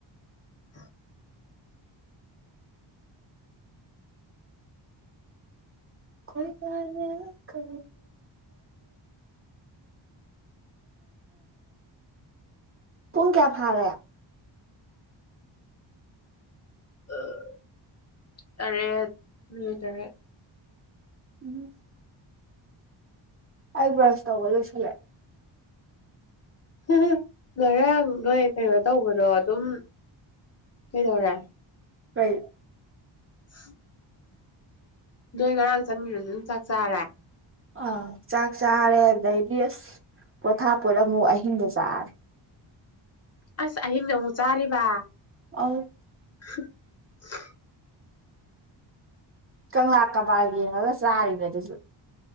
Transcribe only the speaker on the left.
<inaudible>
ꯑꯥ ꯇꯔꯦꯠ ꯃꯤꯅꯥꯠ ꯇꯔꯦꯠ
<unintelligible> ꯉꯥꯔꯥꯡ ꯅꯣꯢ ꯀꯩꯅꯣ ꯇꯧꯕꯗꯣ ꯑꯗꯨꯝ ꯀꯩꯗꯧꯔꯦ
<inaudible> ꯅꯣꯏ ꯉꯔꯥꯡ ꯆꯪꯉꯤꯕꯗꯨ ꯑꯗꯨꯝ ꯆꯥꯛ ꯆꯥꯔꯦ
ꯑꯁ ꯑꯍꯤꯡꯗ ꯑꯃꯨꯛ ꯆꯥꯔꯤꯕ
<unintelligible>